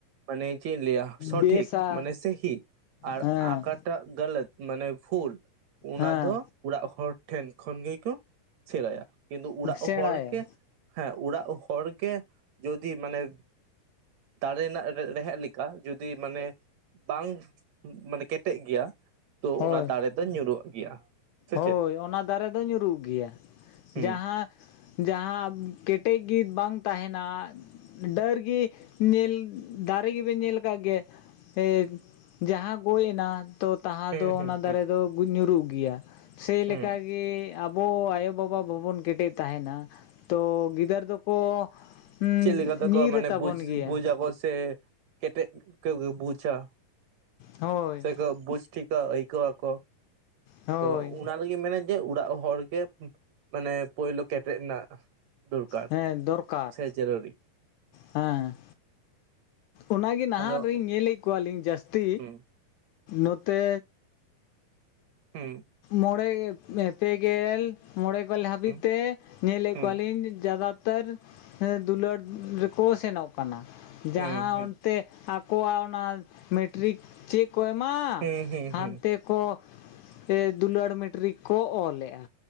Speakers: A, on the right; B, on the left.
A: ᱢᱟᱱᱮ ᱪᱮᱜ ᱤᱧ ᱞᱮᱭᱟ ᱥᱚᱴᱷᱤᱠ
B: ᱵᱮᱥᱟ
A: ᱢᱟᱱᱮ ᱥᱟᱹᱦᱤ ᱟᱨ
B: ᱦᱮᱸ
A: ᱟᱠᱟ ᱴᱟᱜ ᱜᱟᱹᱞᱟᱹᱛ ᱢᱟᱱᱮ ᱵᱷᱩᱞ ᱚᱱᱟ
B: ᱦᱮᱸ
A: ᱫᱚ ᱩᱲᱟᱜ ᱦᱚᱲ ᱴᱷᱮᱱ ᱠᱷᱚᱱ ᱜᱮᱠᱚ ᱥᱮᱬᱟᱭᱟ ᱠᱤᱱᱫᱩ ᱩᱲᱟᱜ
B: ᱥᱮᱬᱟᱭᱟ
A: ᱦᱚᱲ ᱜᱮ ᱦᱮᱸ ᱩᱲᱟᱜ ᱦᱚᱲ ᱜᱮ ᱡᱚᱫᱤ ᱢᱟᱱᱮ ᱫᱟᱨᱮ ᱨᱮᱱᱟᱜ ᱨᱮᱦᱮᱫᱽ ᱞᱤᱠᱟ ᱡᱩᱫᱤ ᱢᱟᱱᱮ ᱵᱟᱝ ᱢᱟᱱᱮ ᱠᱮᱴᱮᱜ ᱜᱮᱭᱟ ᱛᱚ
B: ᱦᱳᱭ
A: ᱚᱱᱟ ᱫᱟᱨᱮ ᱫᱚ ᱧᱩᱨᱩᱜ ᱜᱮᱭᱟ ᱥᱮ
B: ᱦᱳᱭ
A: ᱪᱮᱫ
B: ᱚᱱᱟ ᱫᱟᱨᱮ ᱫᱚ ᱧᱩᱨᱩᱜ ᱜᱮᱭᱟ
A: ᱦᱩᱸ
B: ᱡᱟᱦᱟᱸ ᱡᱟᱦᱟᱸ ᱠᱮᱴᱮᱡ ᱜᱤ ᱵᱟᱝ ᱛᱟᱦᱮᱱᱟ ᱰᱟᱹᱨ ᱜᱤ ᱧᱮᱞ ᱫᱟᱨᱮ ᱜᱮᱵᱮᱱ ᱧᱮᱞ ᱠᱟᱜ ᱜᱮ ᱮ ᱡᱟᱦᱟᱸ ᱜᱚᱡ ᱱᱟ ᱛᱚ ᱛᱟᱦᱟᱸ
A: ᱦᱩᱸ
B: ᱫᱚ
A: ᱦᱩᱸ
B: ᱚᱱᱟ ᱫᱟᱨᱮ
A: ᱦᱩᱸ
B: ᱫᱚ ᱧᱩᱨᱩᱜ ᱜᱮᱭᱟ ᱥᱮᱭ ᱞᱮᱠᱟ
A: ᱦᱩᱸ
B: ᱜᱮ ᱟᱵᱚ ᱟᱭᱳᱼᱵᱟᱵᱟ ᱵᱟᱵᱚᱱ ᱠᱮᱴᱮ ᱛᱟᱦᱮᱱᱟ ᱛᱚ ᱜᱤᱫᱟᱹᱨ ᱫᱚᱠᱚ ᱧᱤᱨ
A: ᱪᱮᱜ ᱞᱮᱠᱟ ᱛᱮᱠᱚ ᱢᱟᱱᱮ
B: ᱟᱛᱟᱵᱚᱱ
A: ᱵᱩᱡᱽ
B: ᱜᱮᱭᱟ
A: ᱵᱩᱡ ᱟᱵᱚ ᱥᱮ ᱠᱮᱴᱮᱡ <unintelligible> ᱵᱩᱡᱟ
B: ᱦᱳᱭ
A: ᱥᱮᱠᱚ ᱵᱩᱡᱽ ᱴᱷᱤᱠ <inaudible> ᱟᱹᱭᱠᱟᱹᱣ ᱟᱠᱚᱛᱚ
B: ᱦᱳᱭ
A: ᱩᱱᱟ ᱚ ᱨᱮᱜᱤ <unintelligible> ᱢᱮᱱᱟ ᱡᱮ ᱩᱲᱟᱜ ᱦᱚᱲ ᱜᱮ ᱢᱟᱱᱮ ᱯᱳᱭᱞᱳ ᱠᱮᱴᱮᱜ ᱨᱮᱱᱟᱜ ᱫᱚᱨᱠᱟᱨ
B: ᱦᱮᱸ ᱫᱚᱨᱠᱟᱨ
A: ᱥᱮ ᱡᱟᱹᱨᱩᱨᱤ
B: ᱦᱮᱸ ᱚᱱᱟ ᱜᱮ ᱱᱟᱦᱟᱜ
A: ᱟᱫᱚ
B: ᱨᱤᱧ ᱧᱮᱞᱮᱫ ᱠᱚᱣᱟᱞᱤᱧ ᱡᱟᱹᱥᱛᱤ
A: ᱦᱩᱸ
B: ᱱᱚᱛᱮ
A: ᱦᱩᱸ
B: ᱢᱚᱸᱬᱮ ᱯᱮ ᱜᱮᱞ ᱢᱚᱬᱮᱮᱜᱞ <unintelligible> ᱦᱟᱹᱵᱤᱡ
A: ᱦᱩᱸ
B: ᱛᱮ ᱧᱮᱞᱮᱫ
A: ᱦᱩᱸ
B: ᱠᱚᱣᱟ ᱞᱤᱧ ᱡᱟᱫᱟ ᱩᱛᱟᱹᱨ <unintelligible> ᱫᱩᱞᱟᱹᱲ ᱨᱮᱠᱚ ᱥᱮᱱᱚᱜ ᱠᱟᱱᱟ
A: ᱦᱩᱸ
B: ᱟᱸ
A: ᱦᱩᱸ
B: ᱚᱱᱛᱮ ᱟᱠᱚᱣᱟᱜ ᱚᱱᱟ ᱢᱮᱴᱨᱤᱠ ᱪᱮᱜ ᱠᱚ ᱮᱢ ᱟᱻ
A: ᱦᱩᱸ ᱦᱩᱸ
B: ᱦᱟᱱᱛᱮ
A: ᱦᱩᱸ
B: ᱠᱚ ᱫᱩᱞᱟᱹᱲ ᱢᱮᱴᱨᱤᱠ ᱠᱚ ᱚᱞ ᱮᱜᱟ